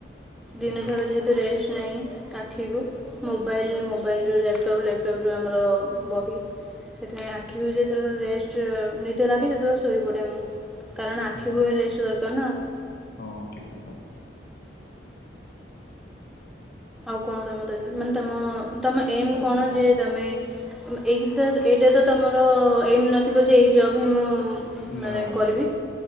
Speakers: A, in the centre; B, on the left.
A: ଦିନ
B: ହୁଁ
A: ସାରା
B: ହୁଁ
A: ଯେହେତୁ ରେଷ୍ଟ ନାଇଁ ଆଖିକୁ। ମୋବାଇଲ୍ ମୋବାଇଲୁ ଲ୍ୟାପଟପ୍ ଲ୍ୟାପଟପ୍ରୁ ଆମର ବହି ସେଥିପାଇଁ ଆଖିକୁ ଯେତେବେଳେ ରେଷ୍ଟ ର ନିଦ ଲାଖେ ସେତେବେଳେ ଶୋଇପଡେ ମୁଁ। କାରଣ ଆଖି
B: ହୁଁ
A: ବହି ରେଷ୍ଟ ଦରକାର ନା।
B: ହଁ ଠିକ୍ କଥା।
A: ଆଉ କଣ ତମର ତ ମାନେ ତମ ତମ ଏମ୍ କଣ ଯେ ତମେ ଉମ୍ ଏହିଟା ତ ଏଇଟା ତ ତମର ଏମ୍ ନଥିବ ଯେ ଏଇ ଜବ୍ ହିଁ ମୁଁ
B: ନା
A: ମାନେ
B: ନା
A: କରିବି।
B: ନା